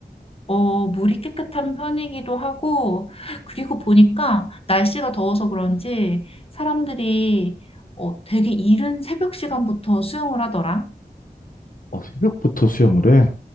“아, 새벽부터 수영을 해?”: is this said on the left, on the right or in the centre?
Left